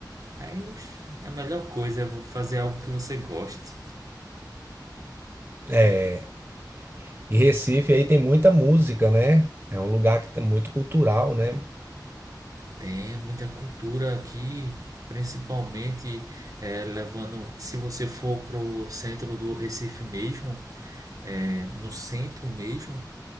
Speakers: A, on the right; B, on the right.
A: Aí oxe, é a melhor coisa é fazer algo que você goste.
B: É. E Recife aí tem muita música, né? É um lugar que tá muito cultural, né?
A: Tem muita cultura aqui, principalmente é, levando, se você for pro centro do Recife mesmo, é, no centro mesmo,